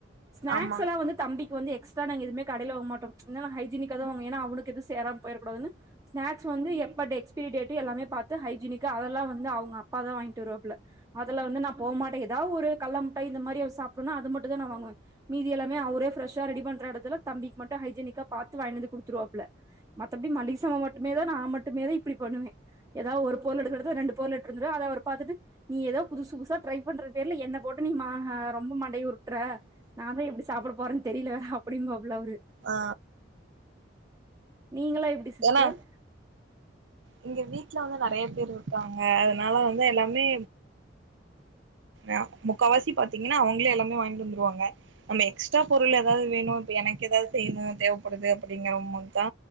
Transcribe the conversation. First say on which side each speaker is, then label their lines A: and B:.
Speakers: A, on the right; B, on the right.
A: ஸ்நாக்ஸ்
B: ஆமா
A: எல்லா வந்து தம்பிக்கு வந்து எக்ஸ்ட்ரா நாங்க எதுவுமே கடைல வாங்கமாட்டோம் என்னால ஹைஜீனிக்கா தா வாங்குவ ஏன்னா அவனுக்கு எது சேராது போயிற கூடான்னு ஸ்ன்ஸ் வந்து எப்ப டேட்ஸ் எக்ஸ்பேரி டேட் எல்லாமே பாத்து ஹைஜினிக்காக் அது எல்லாம் வந்து அவுங்க அப்பா தா வாங்கிட்டு வருவாப்பல அதுல வந்து நா போகமாட்டேன் ஏதாவது ஒரு கல்லமுட்டாய் இந்த மாரி சாப்பணும்னா அது மட்டும் தா நா வாங்குவேன் மீதி எல்லாமே அவரே ஃப்ரெ்ஷா ரெடி பண்ற எடத்துல தம்பிக்கு மட்டு ஹைஜீனிக்கா பாத்து வாங்கி கொடுத்துருவாப்புல மத்தபடி மளிக சாமா மட்டுமே தா நான் மட்டுமேதா இப்டி பண்ணுவன் ஏதாவ்து ஒரு பொருள் எடுக்ற எடத்துல ரெண்டு பொருள் எடுக் கிட்டதட்ட அத அவர் பாத்துட்டு நீ ஏதோ புதுசு புதுசா ட்ரை பண்ற பெயர்ல என்ன போட்டு நீ மா ரொம்ப மண்டை உரு ட்ற நாங்க எப்டி சாப்ட போறோ தெர்ல அப்டியின்பாப்புல அவரு
B: ஆ
A: நீங்ளா எப்டி சிஸ்டர்
B: என்ன இங்க வீட்ல வந்து நெறைய பேர் இருக்காங்க அதனால வந்து எல்லாமே அ முக்காவாசி பாத்தீங்கன்னா அவங்களே எல்லாமே வாங்கிட்டு வந்துருவாங்க நம்ம எக்ஸ்ட்ரா பொருள் ஏதாவது வேணு இப்ப எனக்கு ஏதாது செய்யணு தேவப்படுது அப்டிங்கறவங்கதா